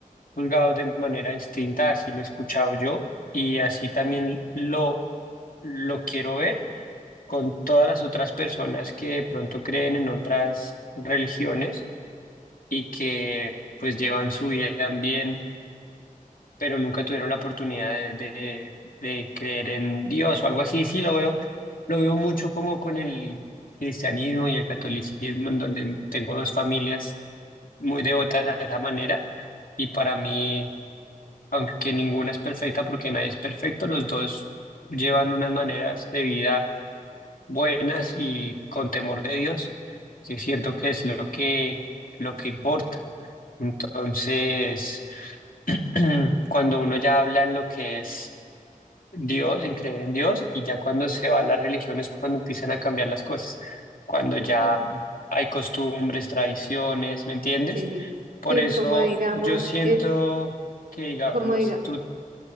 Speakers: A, on the left; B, on the right.
A: juzgados de manera distinta, así lo he escuchado yo, y así también lo lo quiero ver con todas las otras personas que de pronto creen en otras religiones y que pues llevan su vida bien, pero nunca tuvieron la oportunidad de, de- de creer en Dios o algo así. Sí, lo veo, lo veo mucho como con el cristianismo y el catolicismo, en donde tengo dos familias muy devotas de esa manera y para mí, aunque ninguna es perfecta porque nadie es perfecto, los dos llevan unas maneras de vida buenas y con temor de Dios, que siento que es lo que, lo que importa. Entonces, <clears throat> cuando uno ya habla en lo que es Dios, en creer en Dios, y ya cuando se va a las religiones, cuando empiezan a cambiar las cosas, cuando ya
B: Sí.
A: hay costumbres, tradiciones, ¿me entiendes?
B: Sí,
A: Por
B: sí,
A: eso
B: como digamos,
A: yo siento
B: es
A: que, digamos,
B: como diga,
A: tú,